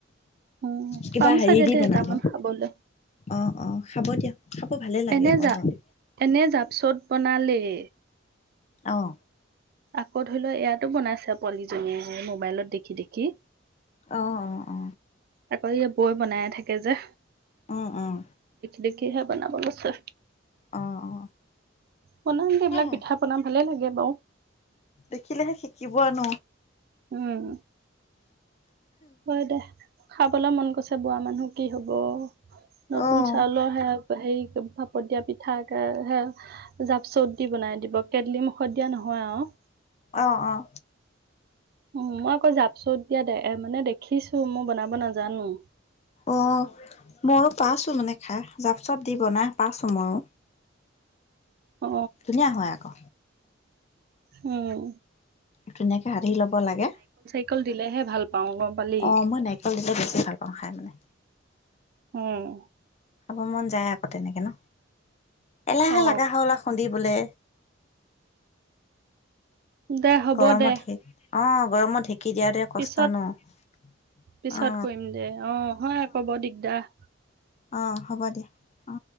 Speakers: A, on the right; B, on the left.
A: উম
B: কিবা
A: পাম
B: হেৰি
A: চাগে
B: দি
A: দে
B: বনাব
A: এটামান খাবলৈ
B: অ, অ খাব দিয়া খাব ভালে লাগে
A: এনে
B: আকৌ
A: জা
B: হয়
A: এনে জাপচট বনালেই।
B: অহ।
A: আকৌ ধৰি লোৱা ইয়াতো বনাইছে পোৱালিজনীয়ে মোবাইলত দেখি দেখি।
B: অ অ অ
A: আকৌ হেয়ে বৌৱে বনায়ে থাকে যে।
B: অহ, অহ।
A: দেখি হে বনাব লৈছেহ।
B: অ অ অ
A: বনাম দে এইবিলাক
B: সেয়াই
A: পিঠা পনা বনাম ভালে লাগে বাৰু।
B: দেখিলেহে শিকিবয়ে ন।
A: উম। হয় দে খাবলৈ মন গৈছে বোৱা মানুহ কি হব, নতুন
B: অহ
A: চাউলৰ হেয়া। হেৰি ভাপত দিয়া পিঠা এটা হে, জাপচট দি বনাই দিব, কেটলি মুখত দিয়া নহয়। হয় আৰু?
B: অহ অহ
A: উ মই আকৌ জাপচত দিয়া দে-মানে দেখিছো মই বনাব নাজানো।
B: অ ময়হো পাইছো মানে খাই জাপচাপ দি বনাই পাইছো ময়ো।
A: অ
B: ধুনীয়া হয় আকৌ।
A: উম।
B: ধুনীয়াকে সাধি ল'ব লাগে।
A: তল দিলে ভাল পাওঁ গম পালি
B: অ', মই নাৰিকল দিলে বেছি ভাল পাওঁ খাই মানে।
A: উম।
B: খাব মন যায় আকৌ তেনেকে ন, এলাহে
A: অ
B: লাগা হল আহ, খন্দিবলে।
A: দে হ'ব
B: গৰমত
A: দে।
B: ঢেক অ, গৰমত ঢেঁকী দিয়াতে
A: পিছত
B: কষ্ট ন?
A: পিছত
B: অ
A: কৰিম দে, অ, হয় ক'ব দিগদাৰ।
B: অ হ'ব দিয়া। অ।